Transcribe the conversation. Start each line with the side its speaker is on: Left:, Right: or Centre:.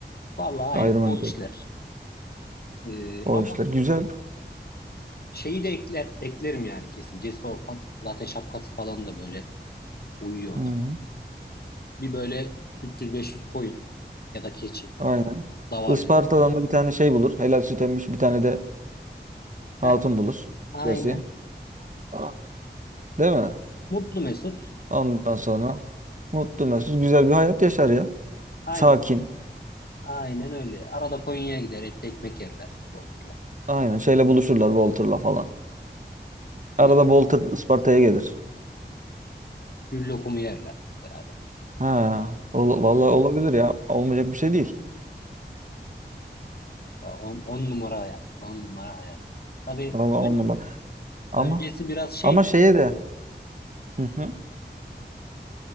Left: Vallahi
Right: gayrimenkul,
Left: aynen o işler. Ee,
Right: o
Left: ama
Right: işler. Güzel.
Left: şeyi de ekler, eklerim yani kesin. Cesi olsam zaten şapkası falan da böyle uyuyor
Right: Hı
Left: ona.
Right: hı.
Left: Bir böyle 300-500 koyun ya da keçi,
Right: Aynen.
Left: davarcılık.
Right: Isparta'dan da bir tane şey bulur. Helal süt emmiş bir tane de hatun
Left: Heh,
Right: bulur.
Left: aynen.
Right: Birisi. Aa, Değil mi?
Left: Mutlu Mesut.
Right: Ondan sonra mutlu mesut güzel bir hayat yaşar ya.
Left: Aynen.
Right: Sakin.
Left: Aynen öyle. Arada Konya'ya gider, etli ekmek yerler Bodrum'la.
Right: Aynen. Şeyle buluşurlar Walter'la falan. Arada
Left: Mis.
Right: Walter Isparta'ya gelir.
Left: Gül lokumu yerler beraber.
Right: Ha, ol- vallahi olabilir ya. Olmayacak bir şey değil.
Left: On, on numara hayat. On numara hayat. Tabii
Right: Vallahi on
Left: ön-
Right: numara. Ama
Left: öncesi biraz şeydi.
Right: ama şeye de Hı hı.